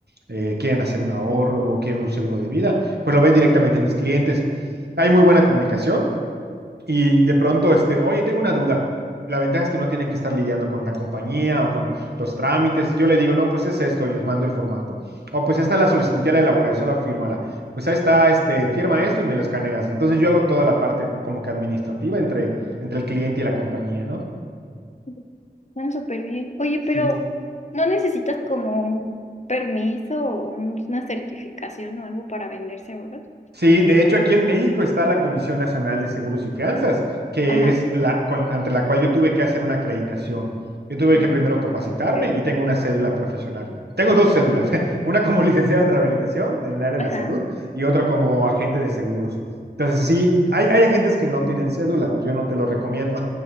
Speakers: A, on the right; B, on the left.
A: eh, quieren hacer un ahorro, quieren un seguro de vida, pues lo ven directamente en mis clientes. Hay muy buena comunicación y de pronto, este, oye, tengo una duda. La ventaja es que no tienen que estar lidiando con la compañía o con los trámites. Yo le digo, no, pues es esto y les mando el formato. O pues esta es la solicitud, ya la elaboré, eso la fírmala. Pues ahí está, este, firma esto y me lo escaneas. Entonces yo hago toda la parte como que administrativa entre, entre el cliente y la compañía, ¿no?
B: Ujú. están súper bien. Oye, pero
A: Sí.
B: ¿no necesitas como un permiso o un- una certificación o algo para vender seguros?
A: Sí, de hecho aquí en México está la Comisión Nacional de Seguros y Fianzas, que
B: Ajá,
A: es la con- ante la cual yo tuve que hacer una acreditación. Yo tuve
B: mm,
A: que primero capacitarme
B: ok,
A: y tengo una cédula profesional. Tengo dos cédulas, <laughs> una como licenciado en rehabilitación en el área
B: ajá,
A: de la salud y otra como agente de seguros. Entonces, sí, hay, hay agentes que no tienen cédula, yo no te lo recomiendo.